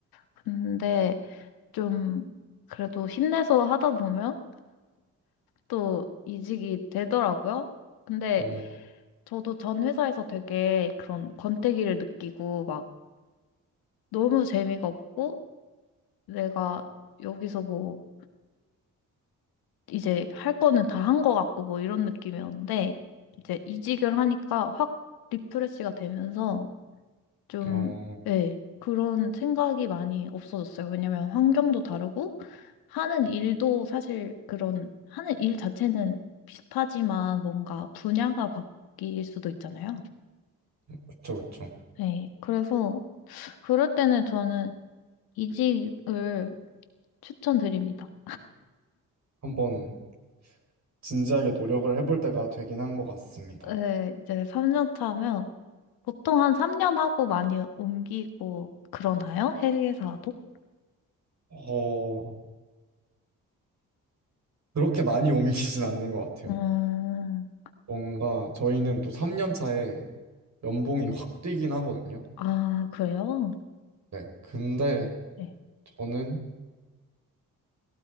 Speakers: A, on the left (about 85°); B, on the right (about 50°).
A: 근데 좀 그래도 힘내서 하다 보면 또 이직이 되더라고요. 근데
B: 어,
A: 저도 전 회사에서 되게 그런 권태기를 느끼고 막 너무 재미가 없고 내가 여기서 뭐 이제 할 거는 다 한 거 같고 뭐 이런 느낌이었는데 이제 이직을 하니까 확 리프레시가 되면서 좀,
B: 어,
A: 예, 그런 생각이 많이 없어졌어요. 왜냐면 환경도 다르고 하는 일도 사실 그런 하는 일 자체는 비슷하지만 뭔가 분야가 바뀔 수도 있잖아요.
B: 그쵸, 그쵸.
A: 네, 그래서 그럴 때는 저는 이직을 추천드립니다.
B: 한번 진지하게 노력을 해볼 때가 되긴 한 것 같습니다.
A: 네, 이제 3년 차면 보통 한 3년 하고 많이 옮기고 그러나요? 회계사도?
B: 어, 그렇게 많이 옮기진 않는 것 같아요.
A: 음,
B: 뭔가 저희는 또 3년 차에 연봉이 확 뛰긴 하거든요.
A: 아, 그래요?
B: 네. 근데
A: 네.
B: 저는